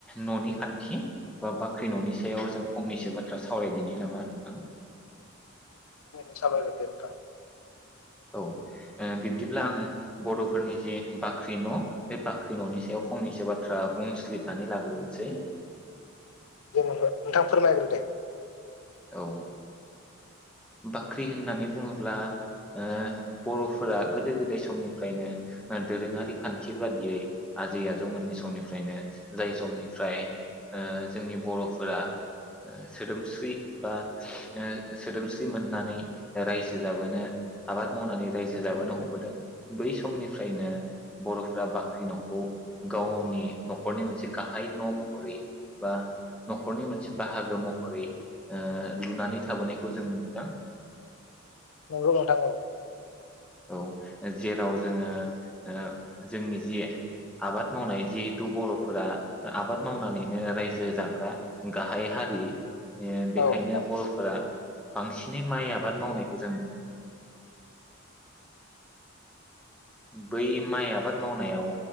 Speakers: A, in the centre; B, on the left.
A: न'नि खान्थि बा बाख्रि न'नि सायाव जों फंनैसो बाथ्रा सावरायदिनि नामा नोंथां।
B: ओम साबायखर दे नोंथां।
A: औ ओ बिब्दिब्ला आं बड'फोरनि जि बाख्रि न' बे बाख्रि न'नि सायाव फंनैसो बाथ्रा बुंसलिदनानै लाग्रोनोसै।
B: दे नोंथां नोंथां फोरमायग्रो दे।
A: औ ओ बाख्रि होननानै बुंङोब्ला ओ बर'फोरा गोदो गोदाय समनिफ्रायनो दोरोंङारि खान्थि बादियै आजै आजौमोननि समनिफ्रायनो जाय जमनिफ्राय ओ जोंनि बर'फोरा ओ सोदोमस्रि बा सोदोमस्रि मोननानै रायजो जाबोनो आबाद मावनानै रायजो जाबोनो हमबोदों। बै समनिफ्रायनो बर'फ्रा बाख्रि न'खौ गावनि नखरनि मोनसे गाहाय न' महरै बा नखरनि मोनसे बाहागो महरै ओ लुनानै थाबोनायखौ जों नुदों।
B: नंगौ नोंथां औ
A: औ जेराव जोंङो ओ जोंनि जि आबाद मावनाय जिहेथु बर'फोरा आबाद मावनानैनो रायजो जाग्रा गाहाय हारि। ए बेखायनो
B: औ औ
A: बर'फोरा बांसिनै माइ आबाद मावनायखौ जों बै माइ आबाद मावनायाव